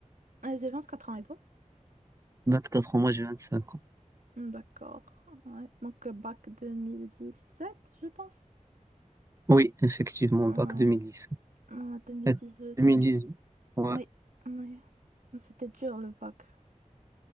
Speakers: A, on the right; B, on the right.
A: Euh, J'ai 24 ans et toi?
B: 24 ans, moi j'ai 25 ans.
A: Hmm, D'accord. Ouais. Donc, euh, bac 2017, je pense.
B: Oui, effectivement,
A: Ouais.
B: bac 2017.
A: Ouais, 2018.
B: Et 2018, ouais.
A: Oui, oui. Ouais. C'était dur, le bac.